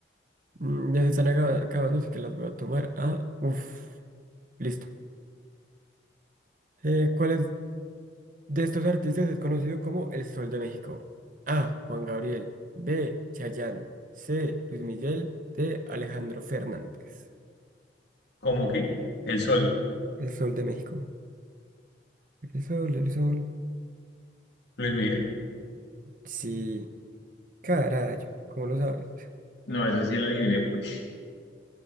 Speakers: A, on the right; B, on the left.
A: mm, ya se están aga- acabando, así que las voy a tomar. Ah, uff, listo. Eh, ¿cuál es? De estos artistas es conocido como el Sol de México. A. Juan Gabriel. B. Chayanne. C. Luis Miguel. D. Alejandro Fernández.
B: ¿Cómo qué? El Sol,
A: El Sol de México. El sol, el sol.
B: Luis Miguel.
A: Sí. Carayo. ¿Cómo lo sabes?
B: No, esa sí la adiviné porque,